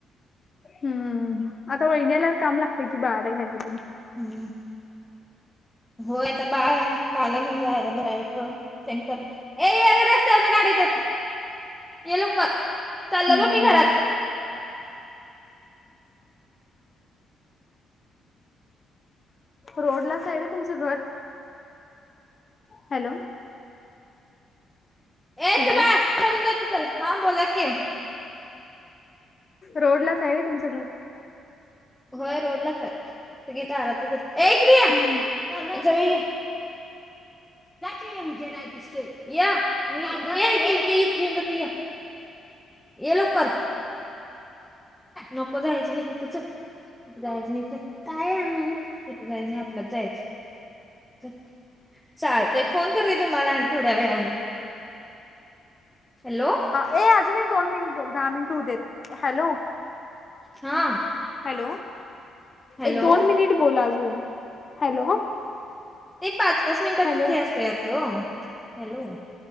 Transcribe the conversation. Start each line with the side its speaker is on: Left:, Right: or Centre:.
Left: हम्म. आता वहिनी आल्यावर काम लागतंय की बाळाला घ्यायचं तुम्ही.
Centre: हम्म. होय आता बाळ आहे बाळाला घेऊन जा जायचं तेनी कर <unintelligible> ये येरे रस्त्यावरून गाडीेत येत्यात. ये लवकर चाललो
Left: हम्म
Centre: बघ मी घरात.
Left: <inaudible> रोडलाच हाय होय तुमचं घर? हॅलो.
Centre: येच
Left: हॅलो
Centre: बा <unintelligible> हा बोला की.
Left: रोडलाच हाय व्हय तुमचं घर?
Centre: होय रोडलाच आहे सगळी दारातच आहेत.
Left: हम्म
Centre: जा की उजेड हाय दिसतंय. या म मी हाय की मी घेऊन जातो य. ये लवकर, नको जायचं नाही तिथं. तिथ जायच नाही चल. तिथं जायाचं नाही आपल्याच जायाचं चल. चालतय फोन करते तुम्हाला आणि थोड्या वेळाने हॅलो.
Left: ये अजून एक दोन मिनट बोल, दहा मिनट होऊ देत. हॅलो.
Centre: हा.
Left: हॅलो.
Centre: हॅलो
Left: एक दोन मिनिट बोल अजून, हॅलो.
Centre: ते पाच, पाच मिनिटाच
Left: हॅलो
Centre: च हे असतय वाटत ओ हॅलो.